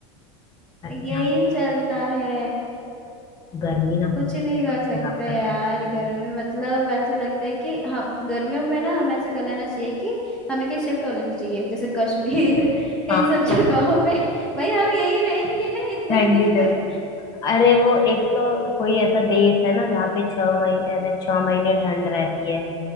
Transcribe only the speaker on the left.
सच
में,
गर्मी ना
बहुत
खराब
करती
है
हाँ
ठंडी
जगह
अरे वो एक तो कोई ऐसा देश है ना जहाँ पे छह महीने ऐसे छह महीने ठंड रहती है